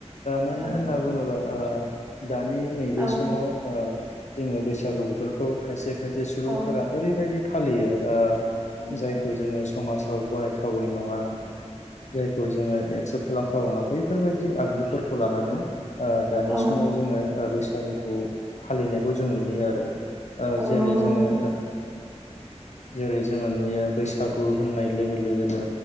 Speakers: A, on the left; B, on the right.
A: मानो
B: औ
A: होनना बुङोबा ओ-दानि। नैबे
B: औ
A: समाव ओ-जोङो बैसागु बोथोरखौ खायसे खायसे सुबुंफोरा।
B: औ
A: ओरैबायदि फालियो ओ-जायखौ
B: औ
A: जोङो समाजाव गनायथावै नङा। जायखौ जोङो एक्सेप्ट खालामथावङा बैफोरबायदि आगजुफोरखौ लानानै। ओ-दानि
B: औ
A: समाव जोङो बैसागुखौ फालिनायखौ जों नुयो आरो।
B: औ
A: ओ-जेरै
B: नंगौ
A: जोङो।
B: नोंथां
A: जेरै जोङो नुयो बैसागु होननाय लोगो लोगोनो।